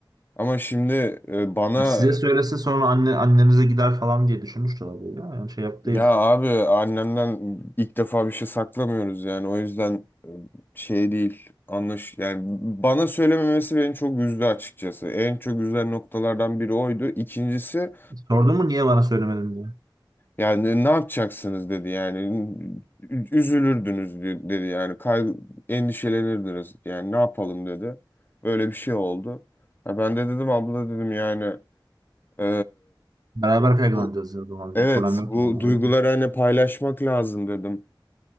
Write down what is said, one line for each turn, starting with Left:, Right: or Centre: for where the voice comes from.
Left: Ama şimdi e, bana
Right: Ya size söylese sonra anne annenize gider falan diye düşünmüştür abi ya. Yani şey yap
Left: ya
Right: değil.
Left: abi annemden ilk defa bir şey saklamıyoruz yani o yüzden e, şey değil anlaş yani bana söylememesi beni çok üzdü açıkçası. En çok üzen noktalardan biri oydu. İkincisi
Right: Sordun mu niye bana söylemedin diye.
Left: yani ne yapacaksınız dedi yani Ü- üzülürdünüz de- dedi yani kay endişelenirdiniz yani ne yapalım dedi. Böyle bir şey oldu. Ha, ben de dedim abla dedim yani e,
Right: Beraber kaygılanacağız
Left: bu
Right: ya o zaman.
Left: Evet,
Right: Bir problem yok
Left: bu
Right: yani. Olur
Left: duyguları
Right: mu?
Left: hani paylaşmak lazım dedim.